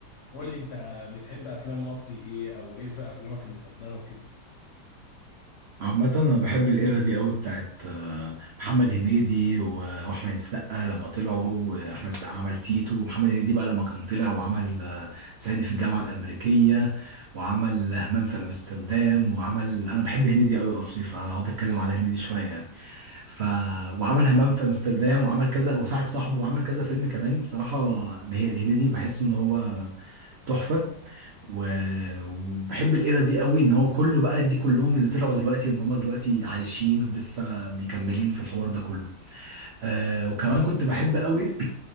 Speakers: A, on the left; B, on the right.
A: قول لي أنت بتحب أفلام مصري إيه أو إيه في أفلامك المفضلة وكده
B: عامة انا بحب الايرا دي قوي بتاعت آه، محمد هنيدي و- واحمد السقا لما طلعوا واحمد السقا عمل تيتو ومحمد هنيدي بقى لما كان طلع وعمل آه، صعيدي في الجامعة الأمريكية وعمل همام في امستردام وعمل انا بحب هنيدي قوي اصلي فهقعد اتكلم على هنيدي شوية يعني ف وعمل همام في امستردام وعمل كذا وصاحب صاحبه وعمل كذا فيلم كمان بصراحة هنيدي بحسه ان هو تحفة و- وبحب الايرا دي قوي ان هو كله بقى دي كلهم اللي طلعوا دلوقتي وان هم دلوقتي عايشين ولسه مكملين في الحوار ده كله آه وكمان كنت بحب قوي